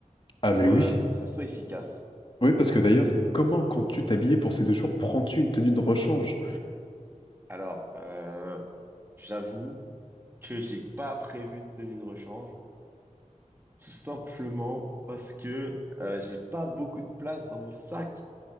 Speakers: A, on the left; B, on the right.
A: Ah
B: pour,
A: mais oui.
B: euh, pour que ce soit efficace.
A: Oui, parce que d'ailleurs, comment, quand tu t'habillais pour ces deux jours, prends-tu une tenue de rechange?
B: Alors, euh, j'avoue que j'ai pas prévu de tenue de rechange, tout simplement parce que, euh, j'ai pas beaucoup de place dans mon sac.